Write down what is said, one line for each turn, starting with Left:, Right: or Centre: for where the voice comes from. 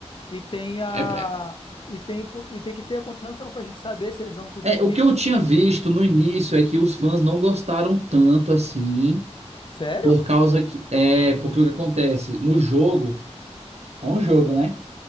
Left: E tem a.
Right: é, é,
Left: E tem, um po- e tem que ter a continuação pra gente saber se eles vão conseguir.
Right: é, o que eu tinha visto no início é que os fãs não gostaram tanto assim,
Left: Sério?
Right: por causa que, é, porque o que acontece no jogo, é um jogo, né?